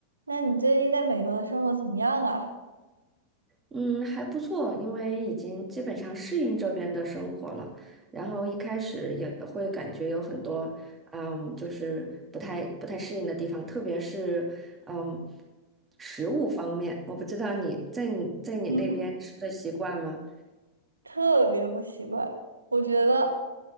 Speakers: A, on the right; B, on the right.
A: 那你最近在美国的生活怎么样啊？
B: 嗯，还不错，因为已经基本上适应这边的生活了。然后一开始也会感觉有很多，嗯，就是不太不太适应的地方，特别是嗯，食物方面，我不知道你在你在你那边吃的习惯吗？
A: 嗯哼，<laughs> 特别不习惯，我觉得，